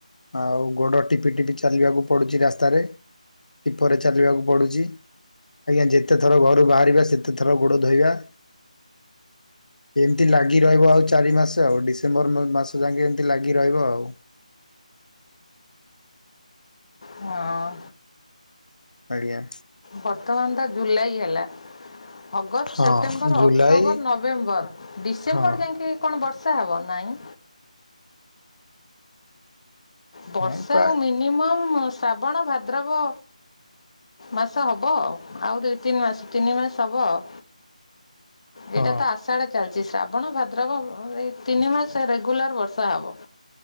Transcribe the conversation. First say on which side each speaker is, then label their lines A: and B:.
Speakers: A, on the left; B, on the left.
A: ଆଉ ଗୋଡ଼ ଟିପି ଟିପି ଚାଲିବାକୁ ପଡ଼ୁଛି ରାସ୍ତାରେ। ଟିପରେ ଚାଲିବାକୁ ପଡ଼ୁଛି। ଆଜ୍ଞା ଯେତେ ଥର ଘରୁ ବାହାରିବା ସେତେ ଥର ଗୋଡ଼ ଧୋଇବା। ଏମିତି ଲାଗି ରହିବ ଆଉ ଚାରି ମାସ ସେ ଆଉ ଡିସେମ୍ବର ମ୍ ମାସ ଯାକେ ଏମିତି ଲାଗି ରହିବ ଆଉ।
B: ହଁ।
A: ଆଜ୍ଞା।
B: ବର୍ତ୍ତମାନ ତ ଜୁଲାଇ ହେଲା। ଅଗଷ୍ଟ,
A: ହଁ
B: ସେପ୍ଟେମ୍ବର,
A: ଜୁଲାଇ
B: ଅକ୍ଟୋବର, ନଭେମ୍ବର, ଡିସେମ୍ବର
A: ହଁ
B: ଯାଇକି କଣ ବର୍ଷା ହେବ ନାହିଁ? ବର୍ଷା
A: ହଁ ପ୍ରାୟ
B: ଆଉ ମିନିମମ୍ ଶ୍ରାବଣ, ଭାଦ୍ରବ ମାସ ହବ ଆଉ ଦୁଇ ତିନି ମାସ ତିନି ମାସ ହବ ଆଉ। ଏଇଟା
A: ହଁ
B: ତ ଆଶାଢ ଚାଲିଛି ଶ୍ରାବଣ ଭାଦ୍ରବ ବ ଏଇ ତିନି ମାସ ରେଗୁଲାର ବର୍ଷା ହବ।